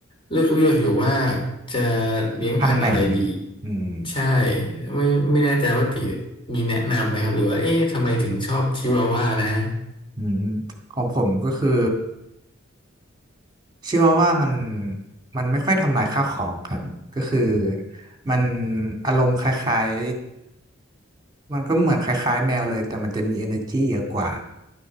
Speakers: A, on the left (about 25°); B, on the right (about 20°).
A: เลือกเลือกอยู่ว่าจะเลี้ยงพันธุ์อะไรดี
B: พันธุ์ไหนอืม
A: ใช่ไม่ไม่แน่ใจว่าติมีแนะนำไหมครับหรือว่าเอ๊ะทำไมถึงชอบชิวาว่านะ
B: อืมของผมก็คือชื่อว่าว่ามันมันไม่ค่อยทำลายข้าวของครับก็คือมันอารมณ์คล้ายๆมันก็เหมือนคล้ายๆแมวเลยแต่มันจะมี energy เยอะกว่า